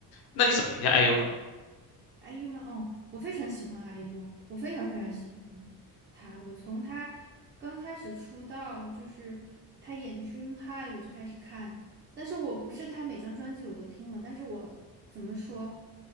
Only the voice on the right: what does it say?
IU 吗？哦，我非常喜欢 IU 啊，我非常非常喜欢他。我从他刚开始出道，就是他演《Dream High》，我就开始看。但是我不是他每张专辑我都听了，但是我怎么说，